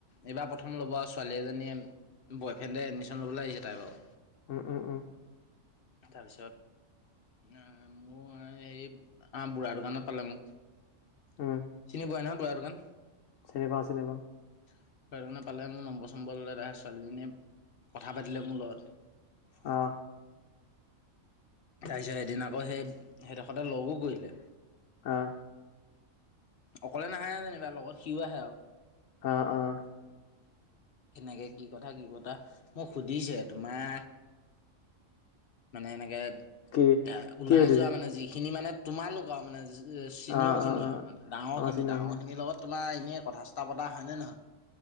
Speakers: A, on the left; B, on the left.
A: এইবাৰ প্ৰথম ল'ব ছোৱালী এজনীয়ে বয়ফ্ৰেণ্ডে এডমিশন ল'বলে আহিছে তাই বাৰু।
B: উম উম।
A: তাৰপিছত আ মোৰ হেৰিত আ বুঢ়াৰ দোকানত পালে মোক। চিনি
B: উম
A: পোৱা ন বুঢ়াৰ দোকান।
B: চিনি পাওঁ চিনি পাওঁ।
A: <unintelligible> পালে মোৰ নম্বৰ চম্বৰ ল'লে তাই ছোৱালীজনীয়ে কথা পাতিলে মোৰ লগত।
B: অ।
A: যাই যাই এদিন আকৌ সেই সেই দশতে লগো কৰিলে।
B: অঁ।
A: অকলে নাহেয়ে যেনিবা, লগত সিও আহে আৰু।
B: অ', অ'।
A: সেনেকে কি কথা কি বতা মোক সুধিছে তোমাৰ মানে এনেকে
B: কি
A: <unintelligible> ওলাই
B: কি সুধিছে
A: যোৱা মানে যিখিনি মানে। তোমালোক আৰু মানে <unintelligible> চিনিঅখিনি
B: আহ আহ আহ
A: আৰু মানে ডাঙৰখিনি
B: আমাৰ চিনিয়ৰ
A: - ডাঙৰখিনিৰ
B: খিনি
A: লগত। তোমাৰ এনেই কথা ছটা পতা হয়নে নহয়?